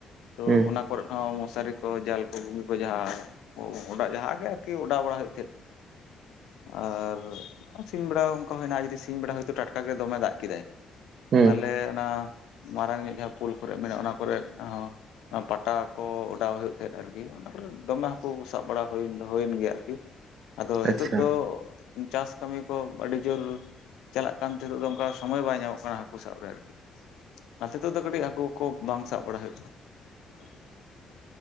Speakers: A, on the left; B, on the right.
A: ᱛᱚ
B: ᱦᱩᱸ
A: ᱚᱱᱟ ᱠᱚᱨᱮ ᱦᱚᱸ ᱢᱚᱥᱟᱨᱤ ᱠᱚ ᱡᱟᱞ ᱠᱚ ᱜᱩᱱᱤ ᱠᱚ ᱡᱟᱦᱟᱸ ᱚ ᱚᱰᱟᱜ ᱡᱟᱦᱟᱸ ᱜᱮ ᱟᱨᱠᱤ ᱚᱰᱟᱣ ᱵᱟᱲᱟ ᱦᱩᱭᱩᱜ ᱛᱟᱦᱮᱸᱫ ᱟᱨ ᱥᱤᱧ ᱵᱮᱲᱟ ᱚᱱᱠᱟ ᱦᱩᱭᱱᱟ ᱡᱩᱫᱤ ᱥᱤᱧ ᱵᱮᱲᱟ ᱦᱚᱳᱭᱛᱳ ᱴᱟᱴᱠᱟᱜᱮ ᱫᱚᱢᱮ ᱫᱟᱜ ᱠᱮᱫᱟᱭ,
B: ᱦᱩᱸ
A: ᱛᱟᱦᱞᱮ ᱚᱱᱟ ᱢᱟᱨᱟᱝᱚᱧᱚᱜ ᱡᱟᱦᱟᱸ ᱯᱳᱞ ᱠᱚᱨᱮᱜ ᱢᱮᱱᱟᱜᱼᱟ ᱚᱱᱟ ᱠᱚᱨᱮᱜ ᱦᱚᱸ ᱯᱟᱴᱟ ᱠᱚ ᱚᱰᱟᱣ ᱦᱩᱭᱩᱜ ᱛᱟᱦᱮᱸᱫ ᱟᱨᱠᱤ ᱚᱱᱟ ᱠᱚᱨᱮ ᱫᱚᱢᱮ ᱦᱟᱹᱠᱩ ᱥᱟᱵ ᱵᱟᱲᱟ ᱦᱩᱭᱮᱱ ᱦᱩᱭᱮᱱ ᱜᱮᱭᱟ ᱟᱨᱠᱤ, ᱟᱫᱚ
B: ᱟᱪᱪᱷᱟ
A: ᱦᱤᱛᱚᱜ ᱫᱚ ᱪᱟᱥ ᱠᱟᱹᱢᱤ ᱠᱚ ᱟᱹᱰᱤ ᱡᱳᱨ ᱪᱟᱞᱟᱜ ᱠᱟᱱ ᱛᱷᱤᱨᱚᱜ ᱫᱚ ᱚᱱᱠᱟ ᱥᱚᱢᱚᱭ ᱵᱟᱭ ᱧᱟᱢᱚᱜ ᱠᱟᱱᱟ ᱦᱟᱹᱠᱩ ᱥᱟᱵ ᱨᱮ ᱟᱨᱠᱤ ᱚᱱᱟᱛᱮ ᱦᱤᱛᱚᱜ ᱫᱚ ᱠᱟᱹᱴᱤᱡ ᱦᱟᱹᱠᱩ ᱠᱚ ᱵᱟᱝ ᱥᱟᱵ ᱵᱟᱲᱟ ᱦᱩᱭᱩᱜ ᱠᱟᱱᱟ ᱚᱱᱠᱟ ᱫᱚ